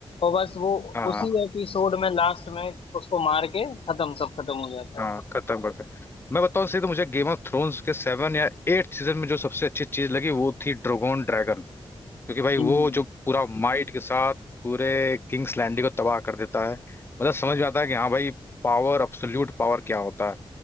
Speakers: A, on the left (about 65°); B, on the left (about 20°).
A: और बस वो
B: हाँ हाँ
A: उसी एपिसोड में लास्ट में उसको मार के खत्म सब खत्म हो जाता
B: हाँ
A: है
B: खत्म करते हैं। मैं बताऊं सही तो मुझे गेम ऑफ थ्रोन्स के सेवन या एट सीजन में जो सबसे अच्छी चीज लगी वो थी ड्रोगोन ड्रैगन क्योंकि भाई
A: हम्म
B: वो जो पूरा माइट के साथ पूरे किंग्स लैंडिंग को तबाह कर देता है मतलब समझ में आता है कि हाँ भाई पावर अब्सोल्यूट पावर क्या होता है